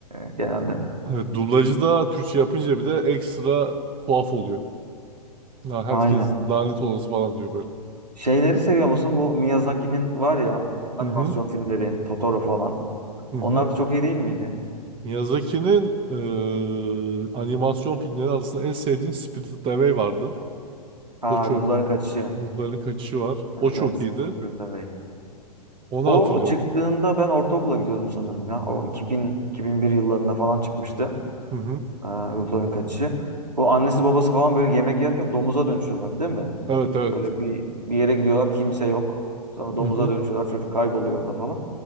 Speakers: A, on the right (about 85°); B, on the right (about 25°).
A: e, genelde.
B: Evet, dublajı da Türkçe yapınca bir de ekstra tuhaf oluyor. Ha, herkes
A: Aynen.
B: lanet olası falan diyor böyle.
A: Şeyleri seviyor musun? Bu Miyazaki'nin var ya animasyon
B: Hı hı.
A: filmleri, Totoro falan.
B: Hı hı.
A: Onlar da çok iyi değil miydi?
B: Miyazaki'nin eee, animasyon filmleri arasında en sevdiğim Spirited Away vardı.
A: Aa,
B: O çok.
A: Ruhların Kaçışı.
B: Ruhların Kaçışı var. O
A: Evet.
B: çok iyiydi.
A: Secretary.
B: Onu
A: O
B: hatırlıyorum.
A: çıktığında ben ortaokula gidiyordum sanırım ya. O 2000-2001 yıllarında falan çıkmıştı.
B: Hı hı.
A: Ee, Ruhların Kaçışı. O annesi babası falan böyle yemek yerken domuza dönüşüyorlar değil mi?
B: Evet evet.
A: Böyle bir bir yere gidiyorlar kimse yok. Sonra domuza
B: Hı hı.
A: dönüşüyorlar çocuk kayboluyor orada falan.